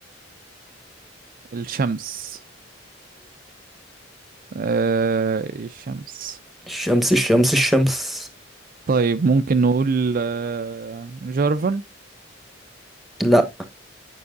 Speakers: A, on the right (about 45°); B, in the centre.
A: الشمس آه الشمس
B: الشمس الشمس الشمس
A: طيب ممكن نقول آه جارفن
B: لا